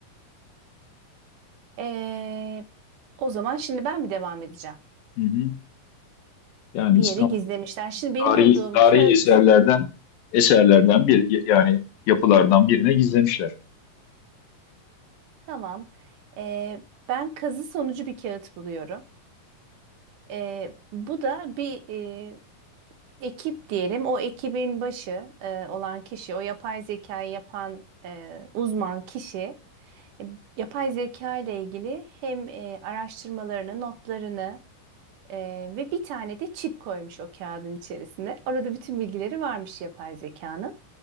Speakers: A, on the right; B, on the left.
A: Ee, o zaman şimdi ben mi devam edeceğim?
B: Hı hı. Yani
A: Bir
B: İstanbul
A: yere gizlemişler. Şimdi benim
B: tarihi,
A: bulduğum
B: tarihi
A: kağıt
B: eserlerden eserlerden bir yani yapılardan birine gizlemişler.
A: Tamam. Ee, ben kazı sonucu bir kağıt buluyorum. Ee, bu da bir e, ekip diyelim. O ekibin başı e, olan kişi, o yapay zekayı yapan e, uzman kişi, e, yapay zeka ile ilgili hem e, araştırmalarını, notlarını e, ve bir tane de çip koymuş o kağıdın içerisine. Orada bütün bilgileri varmış yapay zekanın